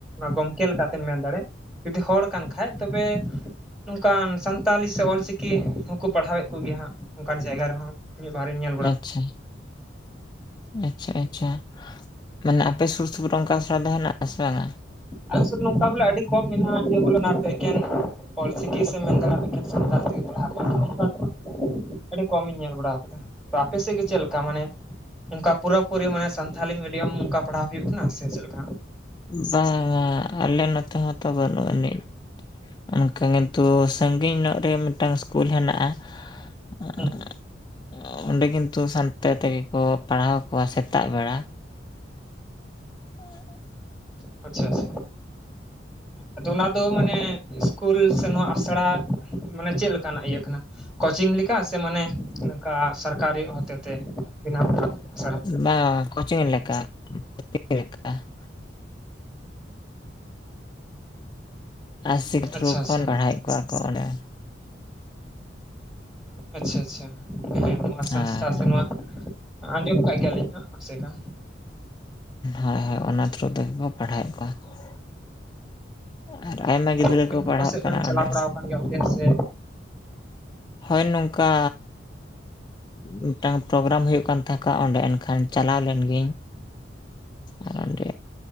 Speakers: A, in the centre; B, on the left.
A: ᱜᱚᱢᱠᱮ ᱞᱮᱠᱟᱛᱮᱢ ᱢᱮᱱ ᱫᱟᱲᱮᱭᱟᱜ ᱡᱩᱫᱤ ᱦᱚᱲ ᱠᱟᱱ ᱠᱷᱟᱡ ᱛᱚᱵᱮ ᱱᱚᱝᱠᱟᱱ ᱥᱟᱱᱛᱟᱞᱤ ᱥᱮ ᱚᱞ ᱪᱤᱠᱤ ᱦᱚᱸᱠᱚ ᱯᱟᱲᱦᱟᱣᱮᱫ ᱠᱚᱜᱮᱭᱟ ᱦᱟᱸᱜ ᱚᱱᱠᱟᱱ ᱡᱟᱭᱜᱟ ᱨᱮᱦᱚᱸ᱾ ᱤᱧ ᱵᱟᱨᱮ ᱧᱟ
B: ᱟᱪᱪᱷᱟ ᱟᱪᱪᱷᱟ ᱟᱪᱪᱷᱟ ᱢᱟᱱᱮ ᱟᱯᱮ ᱥᱩᱨ ᱥᱩᱯᱩᱨ ᱨᱮ ᱚᱱᱠᱟ ᱟᱥᱲᱟ ᱫᱚ ᱦᱮᱱᱟ ᱟᱥᱮ ᱵᱟᱝᱟ?
A: ᱟᱞᱮ ᱥᱮᱫ ᱱᱚᱝᱠᱟ ᱵᱚᱞᱮ ᱟᱹᱰᱤ ᱠᱚᱢ ᱢᱮᱱᱟᱜᱼᱟ ᱤᱭᱟᱹ ᱵᱚᱞᱮ ᱚᱱᱟ ᱮᱠᱮᱱ ᱚᱞ ᱪᱤᱠᱤ ᱥᱮᱢ ᱢᱮᱱᱫᱟᱱᱲᱟ ᱮᱠᱷᱮᱱ ᱥᱟᱱᱛᱟᱲ ᱛᱮᱜᱮ ᱯᱟᱲᱦᱟᱜ ᱟᱠᱚ᱾ ᱟᱹᱰᱤ ᱠᱚᱢᱤᱧ ᱧᱮᱞ ᱵᱟᱲᱟ ᱟᱠᱟᱫᱟ ᱟᱯᱮ ᱥᱮᱫ ᱜᱮ ᱪᱮᱫ ᱞᱮᱠᱟ ᱢᱟᱱᱮ ᱚᱱᱠᱟ ᱯᱩᱨᱟᱹ ᱯᱩᱨᱤ ᱢᱟᱱᱮ ᱥᱟᱱᱛᱷᱟᱞᱤ ᱢᱤᱰᱤᱭᱟᱢ ᱚᱱᱠᱟ ᱯᱟᱲᱦᱟᱣ ᱦᱩᱭᱩᱜ ᱠᱟᱱᱟ ᱥᱮ ᱪᱮᱫ ᱞᱮᱠᱟ
B: ᱵᱟᱝ ᱵᱟᱝ ᱟᱞᱮ ᱱᱚᱛᱮ ᱦᱚᱸᱛᱚ ᱵᱟᱹᱱᱩᱜ ᱟᱹᱱᱤᱡ ᱚᱱᱠᱟ ᱠᱤᱱᱛᱩ ᱥᱟᱺᱜᱤᱧ ᱧᱚᱜ ᱨᱮ ᱢᱤᱫᱴᱟᱱ ᱥᱠᱩᱞ ᱦᱮᱱᱟᱜ-ᱟ ᱦᱮᱸ <unintelligible>
A: ᱦᱩᱸ,
B: ᱚᱸᱰᱮ ᱠᱤᱱᱛᱩ ᱥᱟᱱᱛᱟᱲ ᱛᱮᱜᱮ ᱠᱚ ᱯᱟᱲᱦᱟᱣ ᱠᱚᱣᱟ ᱥᱮᱛᱟᱜ ᱵᱮᱲᱟ ᱦᱮᱸ
A: ᱟᱪᱪᱷᱟ ᱟᱪᱪᱷᱟ ᱟᱫᱚ ᱚᱱᱟ ᱫᱚ ᱢᱟᱱᱮ ᱤᱥᱠᱩᱞ ᱥᱮ ᱱᱚᱣᱟ ᱟᱥᱲᱟ ᱢᱟᱱᱮ ᱪᱮᱫ ᱞᱮᱠᱟᱱᱟᱜ ᱤᱭᱟᱹ ᱠᱟᱱᱟ ᱠᱳᱪᱤᱝ ᱞᱮᱠᱟ ᱪᱤᱠᱟᱜ ᱟ ᱥᱮ ᱢᱟᱱᱮ ᱱᱚᱝᱠᱟ ᱥᱚᱨᱠᱟᱨᱤ ᱦᱚᱛᱮᱛᱮ ᱵᱮᱱᱟᱣ ᱟᱠᱟᱱ ᱟᱥᱲᱟ᱾
B: ᱵᱟᱝ ᱠᱳᱪᱤᱝ ᱞᱮᱠᱟ ᱞᱮ ᱞᱮᱠᱟ <inaudible> ᱟᱨᱥᱤᱠ ᱛᱷᱨᱩ
A: ᱟᱪᱪᱷᱟ
B: ᱠᱷᱚᱱ
A: ᱟᱪᱪᱷᱟ
B: ᱯᱟᱲᱦᱟᱣᱮᱫ ᱠᱚᱣᱟ ᱠᱚ ᱚᱸᱰᱮ
A: ᱟᱪᱪᱷᱟ ᱟᱪᱪᱷᱟ ᱦᱮᱸ ᱱᱚᱣᱟ ᱥᱚᱝᱥᱛᱷᱟ
B: ᱟᱨ
A: ᱥᱮ ᱱᱚᱣᱟ ᱟᱸᱡᱚᱢ ᱠᱟᱜ ᱜᱮᱭᱟᱞᱤᱧ ᱦᱟᱸᱜ ᱟᱥᱮᱠᱟ
B: ᱦᱮᱸ ᱦᱮᱸ ᱚᱱᱟ ᱛᱷᱨᱩ ᱛᱮᱜᱮ ᱠᱚ ᱯᱟᱲᱦᱟᱣᱮᱫ ᱠᱚᱣᱟ ᱟᱨ ᱟᱭᱢᱟ ᱜᱤᱫᱽᱨᱟᱹ
A: ᱟᱵᱮᱱ
B: ᱠᱚ
A: ᱦᱚᱸ
B: ᱯᱟᱲᱦᱟᱜ
A: ᱯᱟᱥᱮᱡ
B: ᱠᱟᱱᱟ
A: ᱵᱮᱱ ᱪᱟᱞᱟᱣ
B: ᱚᱸᱰᱮ
A: ᱵᱟᱲᱟ ᱟᱠᱟᱱ ᱜᱮᱭᱟ ᱚᱱᱛᱮ ᱦᱚ ᱥᱮ
B: ᱦᱳᱭ ᱱᱚᱝᱠᱟ ᱢᱤᱫᱴᱟᱱ ᱯᱨᱳᱜᱨᱟᱢ ᱦᱩᱭᱩᱜ ᱠᱟᱱ ᱛᱟᱠᱚᱣᱟ ᱚᱸᱰᱮ ᱮᱱᱠᱷᱟᱱ ᱪᱟᱞᱟᱣ ᱞᱮᱱ ᱜᱤᱭᱟᱹᱧ ᱟᱨ ᱚᱸᱰᱮ